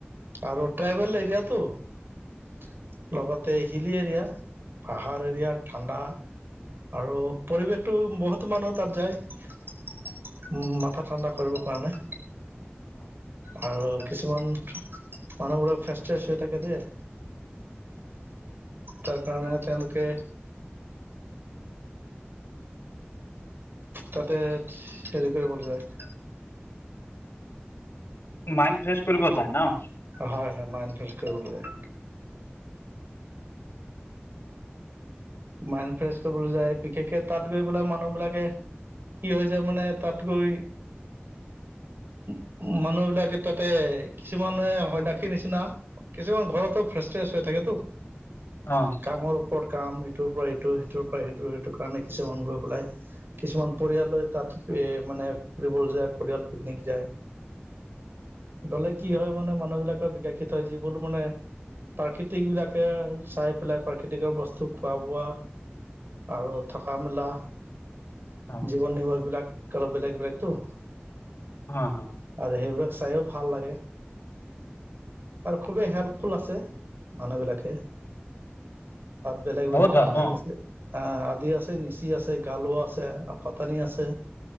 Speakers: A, on the right; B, on the left.
A: আৰু ট্ৰাইবেল এৰিয়াতো লগতে হিলি এৰিয়া। পাহাৰ এৰিয়া
B: অ
A: ঠাণ্ডা আৰু পৰিৱেশটো বহুত বহুতো মানুহ তাত যায় উ, মাথা ঠাণ্ডা কৰিবৰ কাৰণে।
B: অ'।
A: আৰু কিছুমান মানুহবোৰে ফ্ৰেচ ট্ৰেচ হৈ থাকে যে তাৰ কাৰণে তেওঁলোকে তাতে হেৰি কৰিবলৈ যায়।
B: মাইণ্ড ফ্ৰেছ কৰিব যায় ন'?
A: হয়, হয়, মাইণ্ড ফ্ৰেচ কৰিবলৈ যায়। মাইণ্ড ফ্ৰেছ কৰিবলৈ যায়, বিশেষকে তাত গৈ পেলাই মানুহবিলাকে কি হৈ যায় মানে, তাত গৈ উ, মানুহ বিলাকে তাতে কিছুমানে সন্যাসীৰ নিচিনা কিছুমান ঘৰতো ফ্ৰেচ ট্ৰেচ হৈ থাকেতো
B: অ',।
A: কামৰ ওপৰত কাম ইটোৰ পৰা ইটো সিটোৰ পৰা সিটো সেইটো কাৰণে কিছুমান গৈ পেলাই কিছুমান পৰিয়ালে তাত মানে ফুৰিবলৈ যায়, পৰিয়াল পিকনিক যায়। গলে কি হয় মানে, মানুহ বিলাকৰ বিকশিত হয় যিবোৰ মানে প্ৰাকৃতিক বিলাকে চাই পেলাই প্ৰাকৃতিকৰ বস্তু খোৱা বোৱা আৰু থকা মেলা
B: অ',
A: জীৱন নিবাৰ্ হবিলাক কালপ বেলেগ বেলেগতো
B: হা, হা।
A: আৰু, সেইবিলাক চাইও ভাল লাগে। আৰু খুবেই হেল্পফুল আছে মানুহবিলাকে। বেলেগ
B: বহুত
A: বেলেগ
B: ভাল
A: আদি
B: ন?
A: আছে আ, আদি আছে, নিচি আছে, গালোৱা আছে, পাতানি আছে।